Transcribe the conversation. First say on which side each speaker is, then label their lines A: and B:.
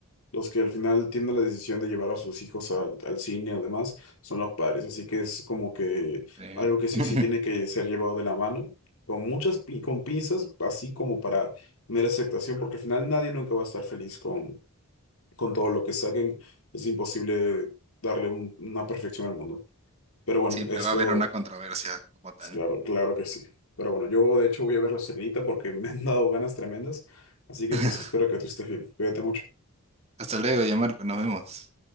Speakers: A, on the left; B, on the right.
A: los que al final tienen la decisión de llevar a sus hijos al, al cine además son los padres, así que es como que
B: eh,
A: algo que sí
B: <laughs>
A: o sí tiene que ser llevado de la mano, con muchas pi- con pinzas, así como para tener aceptación, porque al final nadie nunca va a estar feliz con, con todo lo que saquen, es imposible darle un- una perfección al mundo. Pero bueno,
B: siempre
A: esto,
B: va a haber una controversia como tal.
A: es claro, claro que sí. Pero bueno, yo de hecho voy a ver la celita porque <laughs> me han dado ganas tremendas, así que
B: <laughs>
A: pues espero que tú estés bien, cuídate mucho.
B: Hasta luego, ya Marco, nos vemos.